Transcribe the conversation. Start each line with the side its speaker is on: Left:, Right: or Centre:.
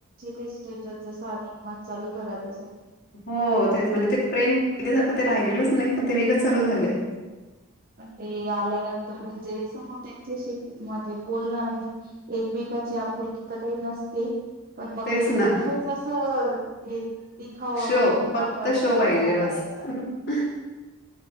Right: ते स्टेटस जस अधिक मस चालू झाला तस
Left: हो तेच म्हणजे ते प्रेम पहिल्यासारखं ते राहिलेलंच नाही पण ते वेगं चालू झालंय
Right: ते आल्यानंतर म्हणजे समोर त्यांच्याशी माजे बोलणार आहे एकमेकाची आपुलकी तर काही नसते पण मग
Left: तेच
Right: ते
Left: ना
Right: ओमस असं दिखावा
Left: शो
Right: दाखवायचा
Left: फक्त पाहिजे
Right: शो करायचा
Left: बस <unintelligible>